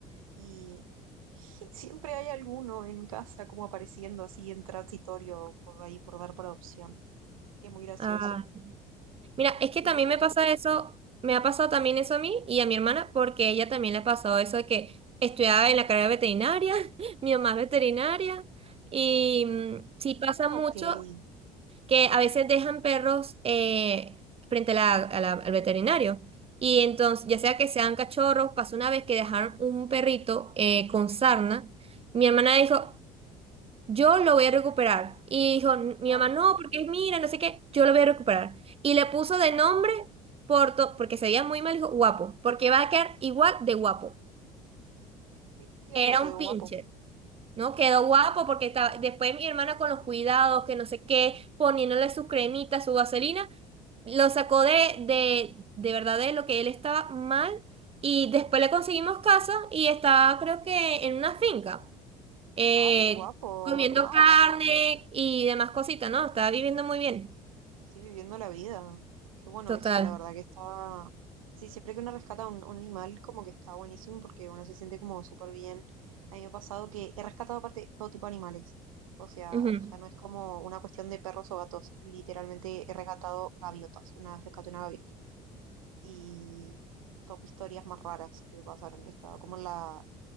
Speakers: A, on the right; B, on the right.
A: y <laughs> siempre hay alguno en casa como apareciendo así en transitorio por ahí, por dar por adopción. Y es muy gracioso.
B: Ah, mira, es
A: Y
B: que
A: siempre
B: también
A: son
B: me
A: bebés.
B: pasa eso, me ha pasado también eso a mí y a mi hermana, porque ella también le ha pasado eso de que estudiaba en la carrera veterinaria, <laughs> mi mamá es veterinaria, y mm, sí pasa
A: Ah,
B: mucho
A: ok. Ay,
B: que a veces dejan perros eh, frente a la- a la- al veterinario. Y entonces, ya sea que sean cachorros, pasó una vez que dejaron un perrito eh, con sarna. Mi hermana
A: no,
B: dijo, yo lo voy a recuperar. Y dijo, "N- mi
A: claro.
B: mamá, no, porque mira, no sé qué, yo lo voy a recuperar. Y le puso de nombre, Porto, porque se veía muy mal, dijo, guapo, porque va a quedar igual de guapo.
A: Qué tierno,
B: Era
A: quedó
B: un pincher.
A: guapo.
B: No, quedó guapo porque estaba, después mi hermana con los cuidados, que no sé qué, poniéndole su cremita, su vaselina, lo sacó de, de, de verdad de lo que él estaba mal y después le conseguimos casa y estaba creo que en una finca, eh,
A: Ay, guapo,
B: comiendo
A: wow.
B: carne y demás cositas, ¿no? Estaba viviendo muy bien.
A: Sí, viviendo la vida. Qué bueno
B: Total.
A: eso, la verdad que está... Sí, siempre que uno rescata un, un animal, como que está buenísimo porque uno se siente como súper bien. A mí me ha pasado que he rescatado aparte todo tipo de animales. O sea,
B: Ujú,
A: ya no es como una cuestión de perros o gatos. Literalmente he rescatado gaviotas. Una vez rescaté una gaviota. Y top historias más raras que me pasaron. Estaba como en la,